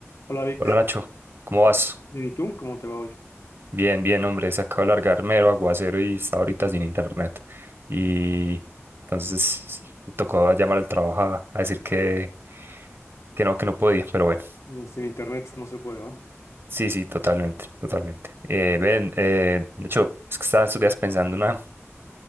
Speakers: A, on the left (about 80°); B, on the right (about 50°).
A: Hola Vic,
B: Hola Nacho, ¿cómo vas?
A: ¿y tú? ¿Cómo te va hoy?
B: Bien, bien, hombre, se acaba de largar mero aguacero y está ahorita sin internet. Y entonces sí, me tocó llamar al trabajo a, a decir que, que no, que no podía, pero bueno.
A: No, sin internet no se puede, ¿va?
B: Sí, sí, totalmente, totalmente. Eh, ven, eh, Nacho, es que estaba estos días pensando una,